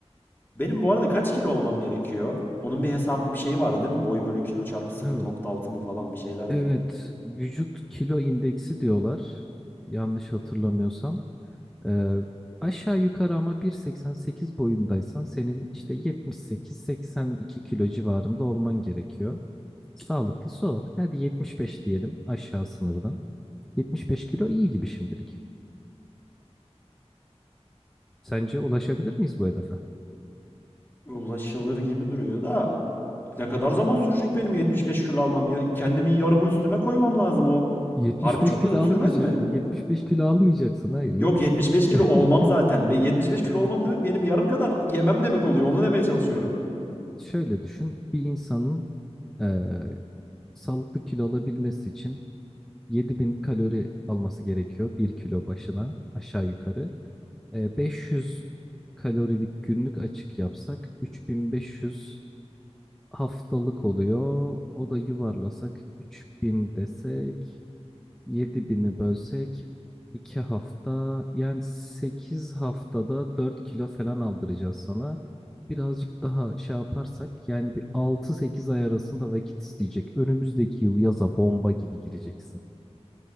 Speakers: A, on the left; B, in the centre.
A: Benim bu arada kaç kilo olmam gerekiyor? Onun bir hesabı bir şeyi vardı değil mi? Boy bölü kilo çarpı 0.6
B: Ee,
A: mı falan bir şeylerdi.
B: Evet, vücut kilo indeksi diyorlar. Yanlış hatırlamıyorsam. Ee, aşağı yukarı ama 1.88 boyundaysan senin işte 78-82 kilo civarında olman gerekiyor. Sağlıklısı o. Hadi 75 diyelim aşağı sınırdan. 75 kilo iyi gibi şimdilik. Sence ulaşabilir miyiz bu hedefe?
A: Ulaşılır gibi duruyor da ne kadar zaman sürecek benim 75 kilo almam ya kendimin yarımı üstüme koymam lazım o.
B: 75
A: Harbi çok
B: kilo
A: uzun
B: almayacak,
A: sürmez mi?
B: 75 kilo almayacaksın. Hayır, 75
A: Yok 75
B: kilo.
A: kilo
B: <laughs>
A: olmam zaten. Be- 75 kilo
B: Hmm.
A: olmam demek benim yarım kadar yemem demek oluyor. Onu demeye çalışıyorum.
B: Şöyle düşün, bir insanın eee, sağlıklı kilo alabilmesi için 7000 kalori alması gerekiyor bir kilo başına aşağı yukarı. E, 500 kalorilik günlük açık yapsak 3500 haftalık oluyor. O da yuvarlasak 3000 desek 7000'i bölsek 2 hafta yani 8 haftada 4 kilo falan aldıracağız sana. Birazcık daha şey yaparsak yani bir altı sekiz ay arasında vakit isteyecek. Önümüzdeki yıl yaza bomba gibi gireceksin.